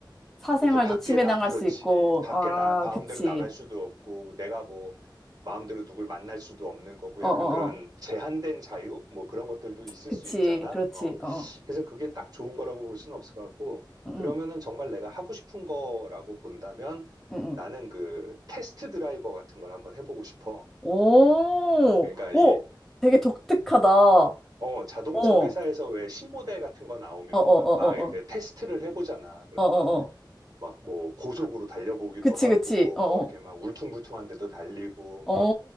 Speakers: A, in the centre; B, on the right.
A: 사생활도
B: 이렇게 밖에
A: 침해당할
B: 나, 그렇지.
A: 수 있고,
B: 밖에
A: 아,
B: 나, 마음대로
A: 그치.
B: 나갈 수도 없고, 내가 뭐, 마음대로 누굴 만날 수도 없는 거고,
A: 어,
B: 약간
A: 어,
B: 그런
A: 어,
B: 제한된 자유? 뭐 그런 것들도 있을
A: 그치.
B: 수 있잖아.
A: 그렇지.
B: 어,
A: 어,
B: 그래서 그게 딱 좋은 거라고 볼 수는 없을 것 같고,
A: 응,
B: 그러면은
A: 응,
B: 정말 내가 하고 싶은 거라고 본다면
A: 응.
B: 나는
A: 응.
B: 그 테스트 드라이버 같은 걸 한번 해보고 싶어.
A: 오,
B: 그러니까
A: 오,
B: 이,
A: 되게 독특하다. 어,
B: 어, 자동차
A: 어,
B: 회사에서 왜 신모델 같은 거 나오면
A: 어, 어, 어,
B: 막 이렇게
A: 어,
B: 테스트를 해보잖아. 그런막
A: 어, 어, 어,
B: 막 뭐 고속으로 달려보기도
A: 그치,
B: 하고
A: 그치. 어,
B: 뭐
A: 어,
B: 이렇게 막 울퉁불퉁한 데도 달리고
A: 어,
B: 막